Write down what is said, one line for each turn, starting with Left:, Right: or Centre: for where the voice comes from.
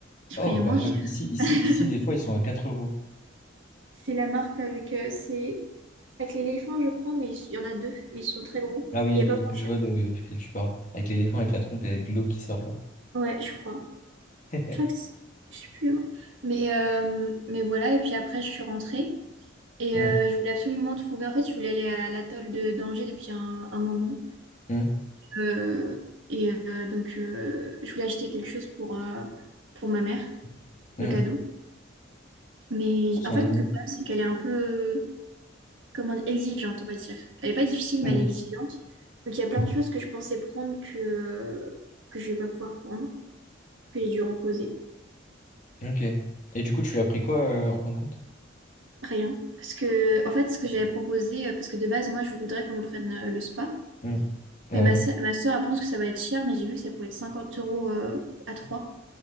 Right: J'ai
Left: Oh,
Right: pris les
Left: pas
Right: moins
Left: mal.
Right: chers.
Left: Ici, ici,
Right: <laughs>
Left: ici, des fois, ils sont à 4 euros.
Right: C'est la marque avec, euh, c'est avec l'éléphant, je crois, mais il y en a deux, mais ils sont très gros.
Left: Ah oui,
Right: Il n'y a
Left: oui,
Right: pas
Left: oui,
Right: moins cher.
Left: je vois de quel tu parles. Avec l'éléphant, avec la trompe et avec l'eau qui sort, là.
Right: Ouais, je crois.
Left: <laughs>
Right: Je crois que c'est- je sais plus la marque. Mais, euh, mais voilà, et puis après, je suis rentrée. Et
Left: Hum,
Right: euh, je voulais absolument trouver, en fait, je voulais aller à l'atoll de d'Angers depuis un, un moment.
Left: hum,
Right: Euh, et euh, donc, euh, je voulais acheter quelque chose pour, euh, pour ma mère,
Left: hum.
Right: de cadeau. Mais
Left: Pour son
Right: en fait,
Left: ami.
Right: le problème, c'est qu'elle est un peu, euh, comment dire, exigeante, on va dire. Elle n'est pas difficile,
Left: Hum,
Right: mais elle est exigeante. Donc, il y a plein de choses que je pensais prendre que, que je ne vais pas pouvoir prendre, que j'ai dû reposer.
Left: ok. Et du coup, tu lui as pris quoi, euh, en fin de compte?
Right: Rien. Parce que, en fait, ce que j'avais proposé, euh, parce que de base, moi, je voudrais qu'on lui prenne euh, le spa.
Left: Hum. Ouais,
Right: Mais ma soeur, ma sœur, elle pense que ça va être cher, mais j'ai vu que ça pouvait être 50 euros euh, à trois.